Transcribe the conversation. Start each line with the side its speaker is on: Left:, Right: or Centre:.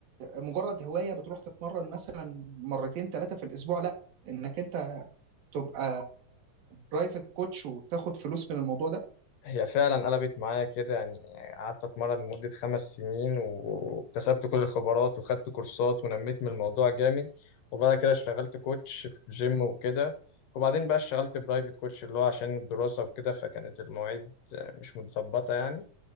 Right: مجرد هوايه بتروح تتمرن مثلا مرتين ثلاثه في الاسبوع لا انك انت تبقى برايفت كوتش وتاخد فلوس من الموضوع ده
Left: هي فعلا قلبت معايا كده يعني قعدت اتمرن لمدة خمس سنين واكتسبت كل الخبرات وخدت كورسات ونميت من الموضوع جامد وبعد كده اشتغلت كوتش في جيم وكده وبعدين بقى اشتغلت برايفت كوتش اللي هو عشان الدراسة وكده فكانت المواعيد مش متظبطة يعني